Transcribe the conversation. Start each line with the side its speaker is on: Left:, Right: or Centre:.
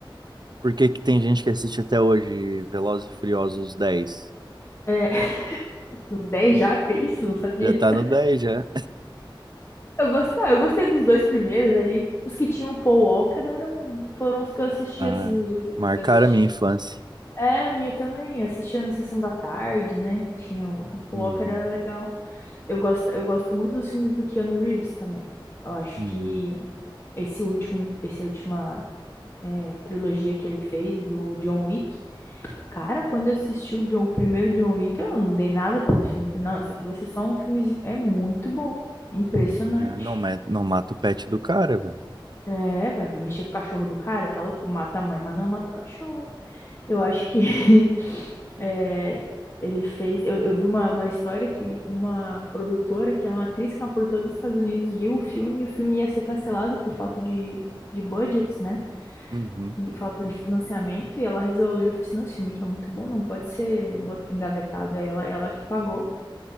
Right: por que que tem gente que assiste até hoje Velozes e Furiosos 10?
Left: É, <laughs> no 10 já, que isso, não sabia.
Right: Já tá no 10, já.
Left: Eu gostava, eu gostei dos dois primeiros ali. Os que tinham o Paul Walker eram, foram os que eu assisti,
Right: Ah,
Left: assim, os últimos
Right: marcaram
Left: que eu assisti.
Right: a minha infância.
Left: É, a minha também, eu assistia na sessão da tarde, né? Tinha o, o Paul
Right: Uhum.
Left: Walker, era legal. Eu gosto, eu gosto muito dos filmes do Keanu Reeves também. Eu acho
Right: Uhum.
Left: que esse último, essa última, é, trilogia que ele fez do John Wick. Cara, quando eu assisti o, John, o primeiro John Wick, eu não dei nada pelo filme. Eu Falei, não, isso aqui vai ser só um filmezinho. É muito bom. É impressionante.
Right: É, não, met- não mata o pet do cara, velho.
Left: É, vai, vai mexer com o cachorro do cara, tá louco? Mata a mãe, mas não mata o cachorro. Eu acho que <laughs> é, ele fez. Eu, eu vi uma, uma história que uma produtora, que é uma atriz, que é uma produtora dos Estados Unidos, viu o filme e o filme ia ser cancelado por falta de, de budget, né?
Right: Uhum.
Left: e falta de financiamento, e ela resolveu, falou assim, não, esse filme aqui é muito bom, não pode ser bot- engavetado, aí ela, ela que pagou,